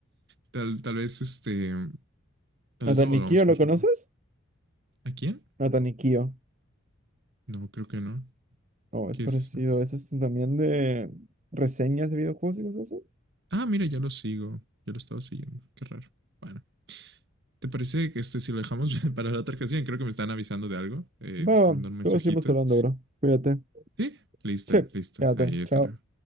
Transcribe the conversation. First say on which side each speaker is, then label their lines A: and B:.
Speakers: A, on the right (about 55°); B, on the right (about 35°).
A: Tal, tal vez este, tal
B: ¿Natanikio
A: vez lo volvamos a
B: lo
A: ver
B: conoces?
A: luego. ¿A quién?
B: Natanikio.
A: No, creo que no.
B: Oh, es
A: ¿Qué
B: parecido.
A: es eso?
B: Ese es también de reseñas de videojuegos y cosas
A: Ah, mira, ya lo sigo. Yo lo estaba siguiendo. Qué raro. Bueno. ¿Te parece que este, si lo dejamos <laughs> para la otra ocasión? Creo que me están avisando de algo. Eh,
B: Va,
A: me están
B: va,
A: mandando un mensajito.
B: luego seguimos hablando, bro. Cuídate.
A: Sí, lista,
B: Sí,
A: lista.
B: quédate.
A: Ahí, hasta
B: Chao.
A: luego.